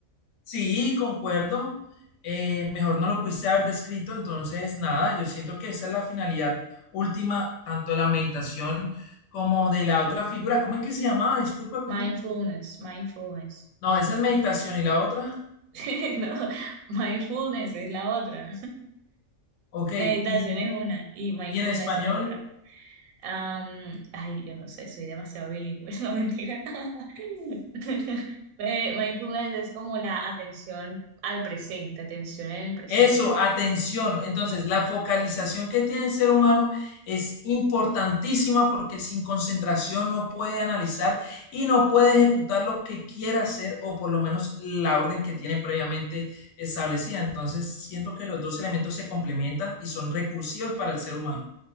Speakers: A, on the left; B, on the right.
A: Sí, concuerdo. Eh, mejor no lo pudiste haber descrito, entonces nada, yo siento que esa es la finalidad última, tanto de la meditación como de la otra figura. ¿Cómo es que se llamaba? Disculpa, ¿cómo?
B: Mindfulness, mindfulness.
A: No, esa es meditación y la otra.
B: <laughs> No, mindfulness es la otra.
A: Ok,
B: Meditación
A: y,
B: es una y mindfulness
A: y en español.
B: es otra. Am, ay, yo no sé, soy demasiado bilingüe, <laughs> no mentira. <laughs> Eh, Mindfulness es como la atención al presente, atención en el presente.
A: Eso, atención. Entonces, la focalización que tiene el ser humano es importantísima porque sin concentración no puede analizar y no puede ejecutar lo que quiera hacer o por lo menos la orden que tiene previamente establecida. Entonces, siento que los dos elementos se complementan y son recursivos para el ser humano.